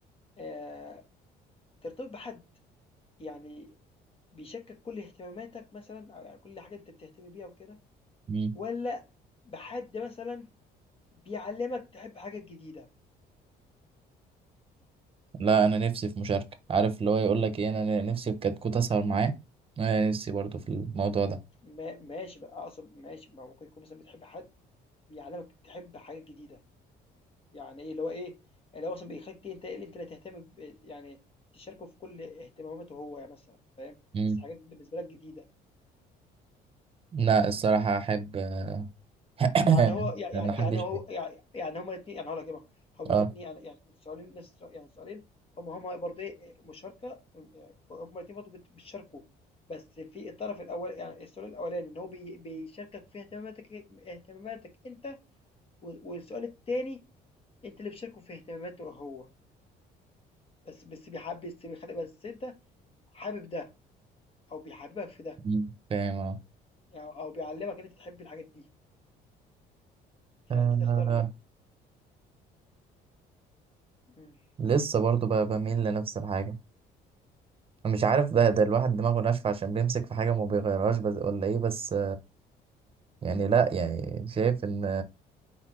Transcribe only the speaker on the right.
مم.
لا انا نفسي في مشاركة عارف اللي هو يقول لك ايه انا نفسي في كتكوت اسهر معاه انا نفسي برضو في الموضوع ده
مم.
لا الصراحة احب <coughs>
ان حد
يشارك
اه
مم. فاهم اه
آه،
لسه برضو ب- بميل لنفس الحاجة مش عارف ده ده الواحد دماغه ناشفة عشان بيمسك في حاجة ما بيغيرهاش بس ولا ايه بس يعني لا يعني شايف ان